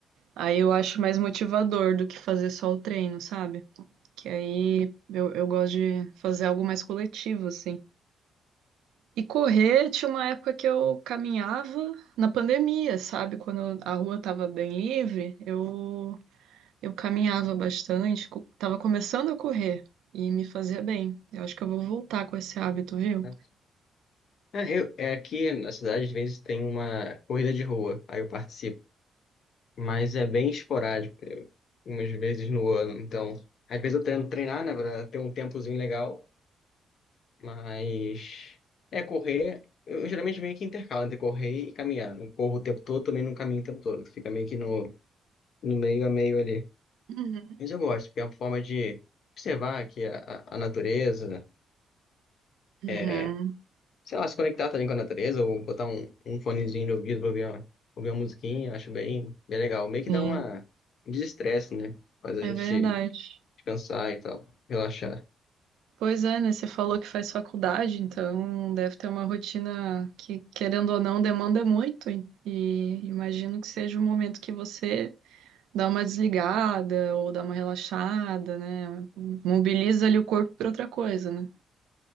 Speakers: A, on the right; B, on the left.
A: Aí eu acho mais motivador do que fazer só o treino, sabe? Que aí eu, eu gosto de fazer algo mais coletivo, assim. E correr, tinha uma época que eu caminhava na pandemia, sabe? Quando a rua tava bem livre, eu, eu caminhava bastante, co- tava começando a correr e me fazia bem. Eu acho que eu vou voltar com esse hábito, viu?
B: né? Ah, eu, é aqui na cidade, às vezes tem uma corrida de rua, aí eu participo. mas é bem esporádico, eu- umas vezes no ano. Então, às vezes eu tento treinar, né, pra ter um tempozinho legal, mas é correr. Eu geralmente meio que intercalo entre correr e caminhar. Não corro o tempo todo, também não caminho o tempo todo. Fica meio que no, no meio a meio ali.
A: Uhum.
B: Mas eu gosto, porque é uma forma de observar aqui a, a a natureza,
A: Uhum.
B: é, sei lá, se conectar também com a natureza, ou botar um, um fonezinho de ouvido pra ouvir uma, ouvir uma musiquinha, acho bem, bem legal. Meio que
A: Sim,
B: dá uma um desestresse, né? Faz a
A: é
B: gente
A: verdade.
B: descansar e tal, relaxar.
A: Pois é, né? Você falou que faz faculdade, então deve ter uma rotina que, querendo ou não, demanda muito. E e imagino que seja um momento que você dá uma desligada ou dá uma relaxada, né? Mobiliza ali o corpo para outra coisa, né?